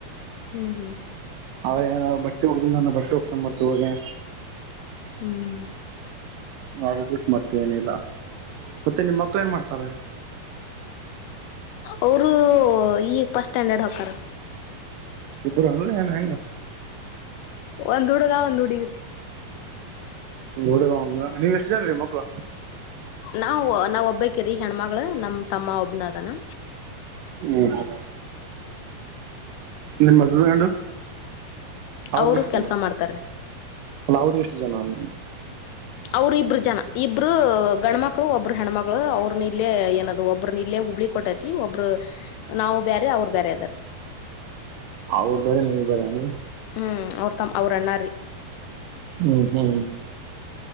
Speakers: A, on the left; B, on the right.
A: ಹ್ಮ್ ಹ್ಮ್-
B: ಅವೇಏ್ ಬಟ್ಟೆ ಹೋಗದಿಲ್ಲ ನಾ ಬಟ್ಟ ಹೋಗ್ಸಕಂಬರ್ತವ ಹಾಗೆ.
A: ಹ್ಮಞ-
B: ಅ ಬಿಟ್ಟ ಮತ್ತೆ ಏನಿಲ್ಲ ಮತ್ತೆ ನಿಮ್ ಮಕ್ಳ ಏನ್ ಮಾಡ್ತಾರೆ.
A: ಅವರು ಈಗ ಪಫಸ್ಟ್ ಸ್ಟ್ಯಾಂಡರ್ಡ್ ಹಾಕಾರ.
B: ಇಬರ ಅಲ್ಲ ಏನ್ ಹೆಂಗ.
A: ಒಂದ್ ಹುಡುಗ ಒಂದ್ ಹುಡುಗಿ.
B: ನೋಡಿ ನೀವ್ ಎಷ್ಟು ಜನರರಿ ಮಕ್ಳು.
A: ನಾವ್ ನಾವ್ ಒಬ್ಬಕರಿ ಹೆಣ್ಮಳ ನಮ್ ತಮ್ಮ ಒಬ್ನ ಅದನ.
B: ಹ್ಮ ಹ್ಮ- ನಿಮ್ ಹಸ್ಬೆಂಡ್. ಅವ್ರಗ
A: ಅವರು
B: ಎಷ್ಟು
A: ಕೆಲಸ
B: ಜನ
A: ಮಾಡ್ತಾರೆ.
B: ಅಲ್ಲ ಅವ್ರಿಗೆ ಎಷ್ಟು ಜನ ಅ.
A: ಅವರುಿಬ್ಬರು ಜನ. ಇಬ್ರು ಗಂಡ್ಮಕ್ಳು ಒಬ್ಬರು ಹೆಣ್ಮಳು ಅವ್ರನ ಇಲ್ಲೇ ಏನದು ಒಬ್ಬ್ರನ ಇಲ್ಲೇ ಹುಬ್ಳಿ ಕೊಟ್ಟೈತಿ. ಒಬ್ರು ನಾವು ಬೇರೆ ಅವರು ಬೇರೆ ಅದಾರ.
B: ಅವಾ ಬ್ಯಾರ ನೀವ ಬ್ಯಾರೆ.
A: ಹ್ಮ್ ಅವ್ರ ತ ಅವ್ರು ಅಣ್ಣೀ.
B: ಹ್ಮ್ ಹ್ಮ್